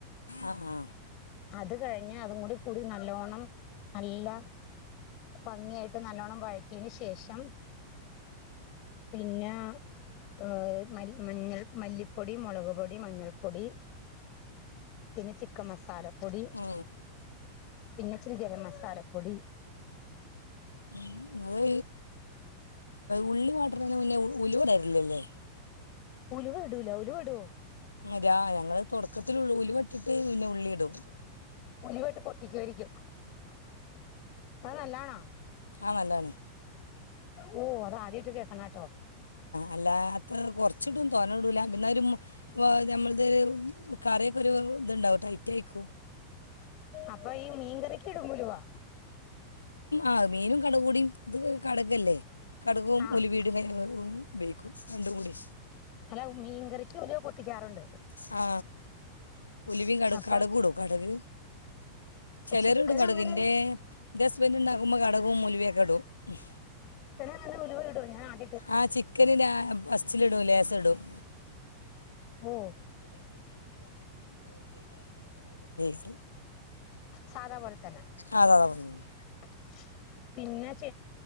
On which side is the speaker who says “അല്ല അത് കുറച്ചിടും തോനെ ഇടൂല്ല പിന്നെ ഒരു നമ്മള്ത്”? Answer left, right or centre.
Left